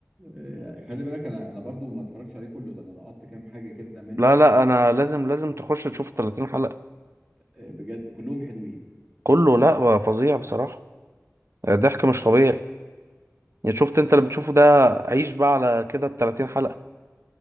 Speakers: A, in the centre; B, on the right.
A: آه، خلي بالك انا انا برضو ما اتفرجتش عليه كله ده انا لقطت كام حاجه كده منه
B: لا لا انا لازم لازم تخش تشوف 30 حلقة
A: آه، بجد كلهم حلوين
B: كله لا فظيع بصراحة ضحك مش طبيعي يعني شفت انت اللي بتشوفه ده عيش بقى على كده ال 30 حلقة